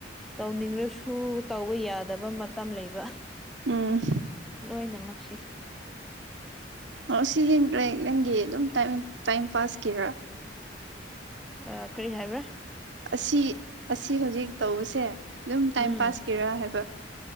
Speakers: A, in the centre; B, on the right.
A: ꯇꯧꯅꯤꯡꯔꯁꯨ ꯇꯧꯕ ꯌꯥꯗꯕ ꯃꯇꯝ ꯂꯩꯕ
B: ꯎꯝ
A: ꯂꯣꯏꯅꯃꯛꯁꯤ
B: ꯑ ꯁꯤ <inaudible> ꯅꯪꯒꯤ ꯗꯨꯝ ꯇꯥꯏꯝ ꯇꯥꯏꯝ ꯄꯥꯁꯀꯤꯔꯥ
A: ꯑ ꯀ꯭ꯔꯤ ꯍꯥꯏꯕ꯭ꯔꯥ
B: ꯑꯁꯤ ꯑꯁꯤ ꯍꯧꯖꯤꯛ ꯇꯧꯕꯁꯦ ꯗꯨꯝ ꯇꯥꯏꯝ
A: ꯎꯝ
B: ꯄꯥꯁꯀꯤꯔ ꯍꯥꯏꯕ